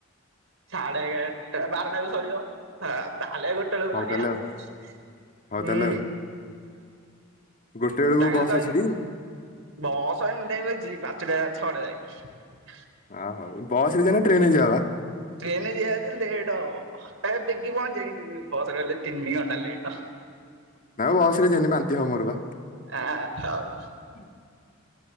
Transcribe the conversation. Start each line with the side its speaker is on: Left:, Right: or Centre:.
Right: ସାଡେ ଏଗାର ବାରଟାକୁ ସରିିବ। ହଁ <inaudible> ତାହେଲେ ଗୋଟେ ବେଳକୁ
Left: ହଉ
Right: ବାହାରିଆ।
Left: ତାହେଲେ ଆଉ ହଉ
Right: ହଁ
Left: ତାହେଲେ ଆଉ ଗୋଟେ ବେଳକୁ
Right: ତାଙ୍କେ
Left: ବସ୍
Right: କହିବେ,
Left: ଅଛି ଟି
Right: ବସ୍ ଏନି ଟାଇମ ଅଛି ପା <unintelligible> ଛଅଟା ଯାଏ।
Left: ହଁ ହଉ ବସ୍ ରେ ଯିବା ନା ଟ୍ରେନ ଯିଆ ବା?
Right: ଟ୍ରେନରେ ଯିବା ଯେ ଲେଟ୍ ହବ, ଏ ବେଗି ପହଞ୍ଚ ଯାଇ ବସ୍ ରେ ଗଲେ ତିନି ଘଣ୍ଟା ଲେଟ୍।
Left: ନା ବସରେ ଯିବାନି ବା ଦେହ ମୋର ବା।
Right: ଆ ହଉ।
Left: ହୁଁ।